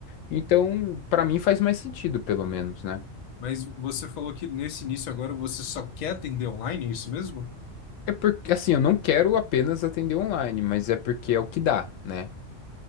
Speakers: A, on the left (about 85°); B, on the left (about 60°).
A: Então, pra mim faz mais sentido, pelo menos, né?
B: Mas você falou que nesse início agora você só quer atender online, é isso mesmo?
A: É porque, assim, eu não quero apenas atender online, mas é porque é o que dá, né?